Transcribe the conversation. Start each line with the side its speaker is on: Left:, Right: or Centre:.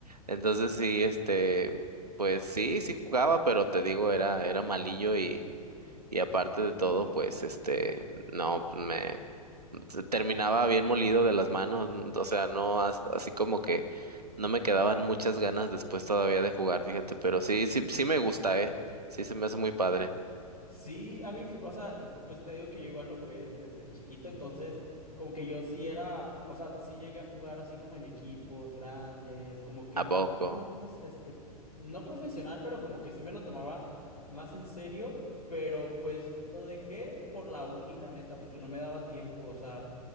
Right: Entonces sí, este, pues sí, sí jugaba, pero te digo, era, era malillo y y aparte de todo, pues, este, no, pues, me se- terminaba bien molido de las manos, n- o sea, no, as- así como que no me quedaban muchas ganas después todavía de jugar, fíjate, pero sí, sí, sí me gusta, ¿eh? Sí, se me hace muy padre.
Left: Sí, a mí, fi- o sea, pues te digo que yo igual lo jugué desde chiquito, entonces como que yo sí era, o sea, sí llegué a jugar así como en equipos grandes, como que
Right: ¿A
Left: un poquito
Right: poco?
Left: más, este, no profesional, pero como que sí me lo tomaba más en serio, pero pues lo dejé por la uni, la neta, porque no me daba tiempo, o sea,